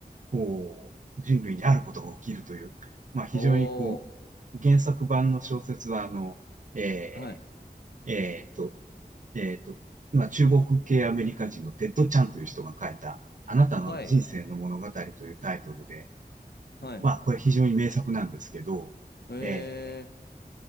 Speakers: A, on the right; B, on the left.
A: こう、人類にあることが起きるという、まあ、非常にこう、
B: おー。
A: 原作版の小説は、あの、え
B: はい。
A: ーえーっと、えっと、まあ、中国系アメリカ人のテッド・チャンという人が書いた、あなたの人生の物語というタイトルで、
B: はい。はい。
A: まあ、これ非常に名作なんですけど、
B: えー。
A: え